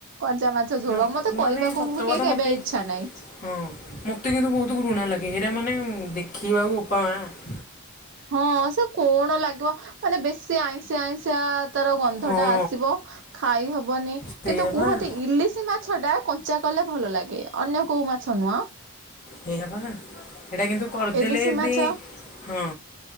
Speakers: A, on the right (about 55°); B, on the left (about 35°).
A: କଞ୍ଚା ମାଛ ଝୋଳ
B: ମ
A: ମତେ
B: ମାନେ
A: କରିବାକୁ
B: ସତ
A: ବି
B: କଥା
A: କେହି କେବେ
B: ମୋତେ
A: ଇଚ୍ଛା ନାହିଁ।
B: ହଁ ମତେ କିନ୍ତୁ ବୋହୁତ ଘୃଣା ଲାଗେ ହେରା ମାନେ ଦେଖିବାକୁ ବୋପା ମାଁ
A: ହଁ ସେ କଣ ଲାଗିବ ମାନେ ବେଶୀ ଆଇଁଷିଆ ଆଇଁଷିଆ ତାର ଗନ୍ଧଟା
B: ହଁ
A: ଆସିବ ଖାଇ ହବନି।
B: ସେଇଆ
A: କିନ୍ତୁ କୁହନ୍ତି
B: ବା
A: ଇଲିଶି ମାଛଟା କ ଞ୍ଚା କଲେ ଭଲ ଲାଗେ ଅନ୍ୟ କେଉଁ ମାଛ ନୁହଁ।
B: ହେଇପା ହେଟା କିନ୍ତୁ କରିଦେଲେ
A: ଇଲିଶି ମାଛ
B: ବି ହଁ।